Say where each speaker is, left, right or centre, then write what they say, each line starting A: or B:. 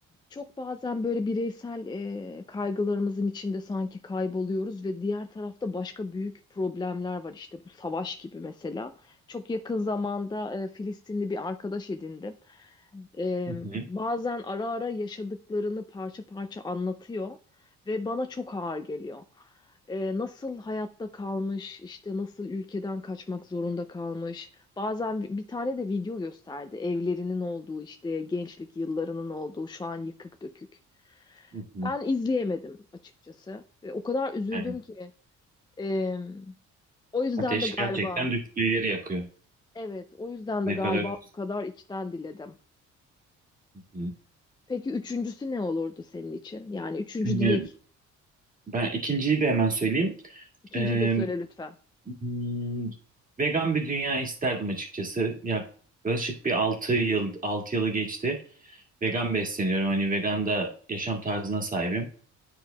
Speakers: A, on the left (about 15°); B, on the right (about 25°).
A: Çok bazen böyle bireysel e, kaygılarımızın içinde sanki kayboluyoruz ve diğer tarafta başka büyük problemler var. işte bu savaş gibi mesela. Çok yakın zamanda e, Filistinli bir arkadaş edindim. E,
B: Hı hı,
A: bazen ara ara yaşadıklarını parça parça anlatıyor ve bana çok ağır geliyor. E, nasıl hayatta kalmış, işte nasıl ülkeden kaçmak zorunda kalmış. Bazen bir bir tane de video gösterdi. Evlerinin olduğu işte gençlik yıllarının olduğu şu an yıkık dökük.
B: hı hı,
A: Ben izleyemedim açıkçası. Ve o kadar üzüldüm
B: Yani
A: ki. e, o yüzden
B: ateş
A: de
B: gerçekten
A: galiba
B: düştüğü yeri yakıyor.
A: evet o yüzden
B: Ne
A: de galiba
B: kadar...
A: bu kadar içten diledim.
B: hı hı.
A: Peki üçüncüsü ne olurdu senin için? Yani üçüncü
B: Ee,
A: dilek
B: Ben ikinciyi de hemen söyleyeyim.
A: ikinciyi
B: Ee,
A: de söyle lütfen.
B: hmm, vegan bir dünya isterdim açıkçası. Yaklaşık bir altı yıl altı yılı geçti. Vegan besleniyorum. Hani vegan da yaşam tarzına sahibim.